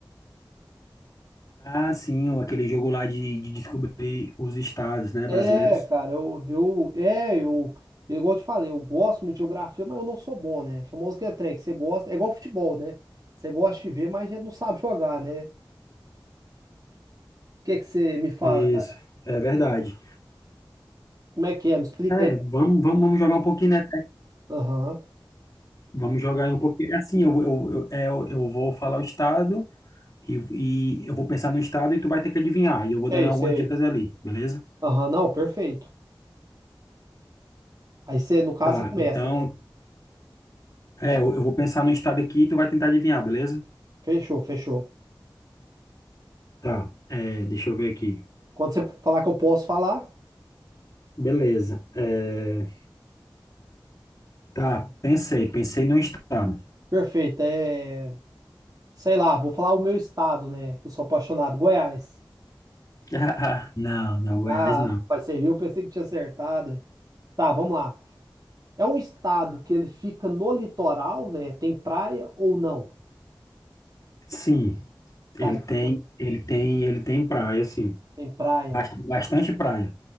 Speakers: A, on the left; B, on the right.
A: Ah, sim, aquele jogo lá de, de descobrir os estados, né,
B: É,
A: brasileiros.
B: cara, eu, eu, é, eu, eu, igual eu te falei, eu gosto muito de geografia, mas eu não sou bom, né? Famoso que é trem, que você gosta, é igual futebol, né? Você gosta de ver, mas a gente não sabe jogar, né? O que que você me fala,
A: Isso,
B: cara?
A: é verdade.
B: Como é que é? Me explica
A: É,
B: aí.
A: vamos, vamos, vamos jogar um pouquinho, né?
B: Aham.
A: Vamos jogar aí um pouquinho. Assim, eu, eu, eu, é, eu eu vou falar o estado e, e eu vou pensar no estado e tu vai ter que adivinhar. E eu vou dando
B: Sei,
A: algumas
B: sei.
A: dicas ali, beleza?
B: Aham, não, perfeito. Aí você, no caso,
A: Tá,
B: você começa,
A: então,
B: né?
A: é, eu, eu vou pensar no estado aqui e tu vai tentar adivinhar, beleza?
B: Fechou, fechou.
A: Tá, é, deixa eu ver aqui.
B: Quando você falar que eu posso falar.
A: Beleza. é, tá, pensei, pensei no estado.
B: Perfeito. É, sei lá, vou falar o meu estado, né? que Eu sou apaixonado. Goiás.
A: <laughs> Não, não, Goiás
B: Ah,
A: não.
B: vai servir, eu pensei que tinha acertado. hein? Tá, vamos lá. É um estado que ele fica no litoral, né? Tem praia ou não?
A: Sim,
B: Tá,
A: ele
B: ele
A: tem,
B: fica-
A: ele tem, ele tem praia, sim.
B: tem praia.
A: Bast- Bastante praia.